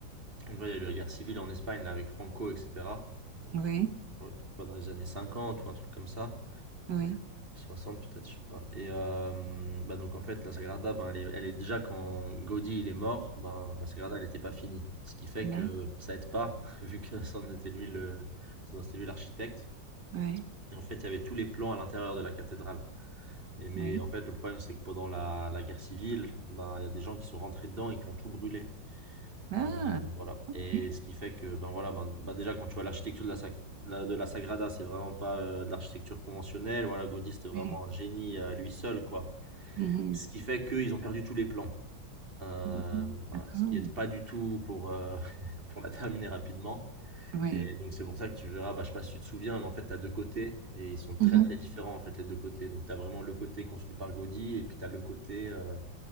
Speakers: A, on the right (about 30°); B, on the right (about 65°).
A: en gros, il y a eu la guerre civile en Espagne, là, avec Franco, etc. Donc,
B: ouais,
A: je crois dans les années 50 ou un truc comme ça.
B: ouais.
A: 60 peut-être, je sais pas. Et euh, bah donc en fait, la Sagrada, ben, elle est, elle est déjà quand Gaudi il est mort, ben, la Sagrada elle n'était pas finie. Ce qui fait
B: ouais.
A: que ça aide pas, <laughs> vu que c'en était lui le, c'était lui l'architecte.
B: Oui,
A: Et en fait, il y avait tous les plans à l'intérieur de la cathédrale. Et mais
B: oui.
A: en fait, le problème c'est que pendant la, la guerre civile, ben, il y a des gens qui sont rentrés dedans et qui ont tout brûlé.
B: Ah,
A: Euh, voilà.
B: ok.
A: Et ce qui fait que, ben voilà, ben, ben déjà quand tu vois l'architecture de la, Sac- la- de la Sagrada, c'est vraiment pas euh, de l'architecture conventionnelle. Voilà, Gaudí, c'était vraiment
B: Ouais.
A: un génie à lui seul, quoi.
B: Mhm,
A: Ce qui fait qu'ils ont perdu tous les plans. Euh,
B: mhm,
A: voilà,
B: D'accord.
A: ce qui aide pas du tout pour, euh, <laughs> pour la terminer rapidement.
B: Oui.
A: Et donc c'est pour ça que tu verras, bah, je sais pas si tu te souviens, mais en fait tu as deux côtés et ils sont très
B: Mhm.
A: très différents en fait les deux côtés. Donc tu as vraiment le côté construit par Gaudi et puis tu as le côté euh,